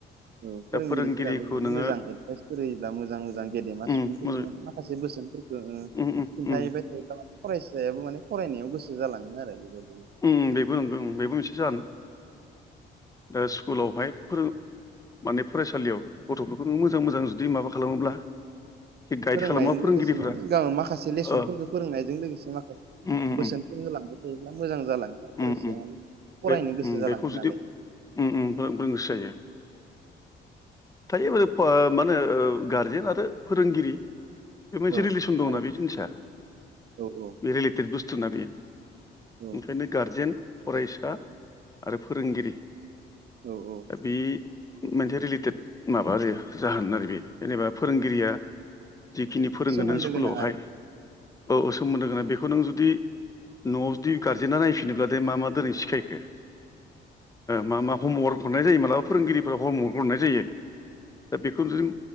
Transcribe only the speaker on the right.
औ
फोरोंगिरिफोराबो
जुदि
मोजां एदभाइस फोरो होयोब्ला मोजां मोजां गेदेमा
सुबुंफोरनि
माने माखासे ओ ओ
खिन्थायैबाय
थायोब्ला फरायसायाबो माने फरायनायाव गोसो जालाङो आरो बेबायद
<inaudible>
फोरोंनायजों
लोगोसे माने गाम माखासे लेसनफोरखो
फोरोंनायजों लोगोसे माखा
<unintelligible> बोसोनफोर
होलांबाय थायो। जालांङो फरायसाया
माने फरायनो
गोसो
जालाङो
नालाय
औ
आरो
औ औ
औ
औ औ
सोमोन्दो
गोनां आरो